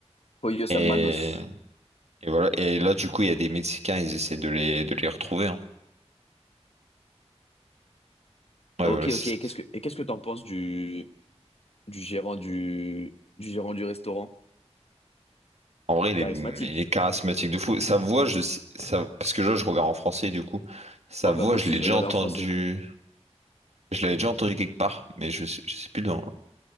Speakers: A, on the left; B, on the right.
A: Pollos
B: Et,
A: Hermanos.
B: et voilà. Et là, du coup, il y a des Mexicains, ils essaient de les, de les retrouver. hein. Ouais,
A: Ok,
B: voilà, c'est
A: ok. Et
B: ça.
A: qu'est-ce
B: c'est-
A: que, et qu'est-ce que t'en penses du, du gérant du, du gérant du restaurant?
B: En vrai, il est,
A: Charismatique.
B: il est charismatique de fou. Sa voix, je, sais- ça, parce que là, je regarde en français, du coup. Sa
A: oh
B: voix,
A: bah moi
B: je
A: aussi,
B: l'ai
A: je
B: déjà
A: regardais
B: entendu.
A: en français.
B: Je l'avais déjà entendu quelque part, mais je, sais- je sais plus. dans. me